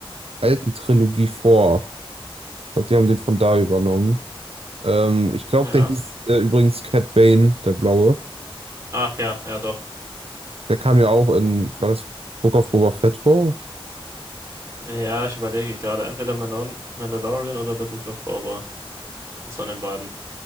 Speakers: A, on the right; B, on the right.
A: alten Trilogie vor. Ich glaube, die haben den von da übernommen. Ähm, ich glaube,
B: Ja.
A: der hieß äh, übrigens Cat Bane, der Blaue.
B: Ach ja, ja doch.
A: Der kam ja auch in, war das Book of Boba Fett vor?
B: Ja, ich überlege gerade, entweder Mandal Mandalorian oder The Book of Boba. Eins von den beiden.